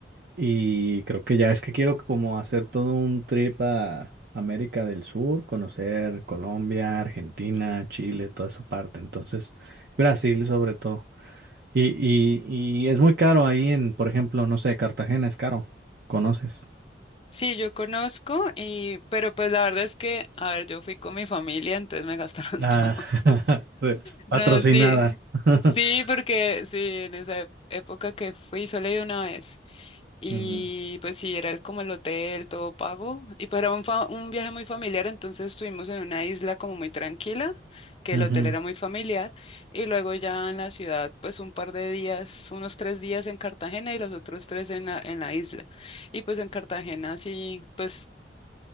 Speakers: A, on the right; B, on the left.
A: y creo que ya es que quiero como hacer todo un trip a América del Sur, conocer Colombia, Argentina,
B: ujú.
A: Chile, toda esa parte. Entonces, Brasil sobre todo. Y, y, y es muy caro ahí en, por ejemplo, no sé, Cartagena es caro. ¿Conoces?
B: Sí, yo conozco y, pero pues la verdad es que, a ver, yo fui con mi familia, entonces me gastaron
A: Ah,
B: <laughs> todo.
A: <laughs>
B: No,
A: patrocinada.
B: sí,
A: <laughs>
B: sí, porque sí, en esa ep- época que fui solo he ido una vez. Y
A: Ujú,
B: pues sí, era el- como el hotel, todo pago. Y pues era un, fa- un viaje muy familiar, entonces estuvimos en una isla como muy tranquila, que
A: ujú.
B: el hotel era muy familiar. Y luego ya en la ciudad, pues un par de días, unos tres días en Cartagena y los otros tres en la, en la isla. Y pues en Cartagena sí, pues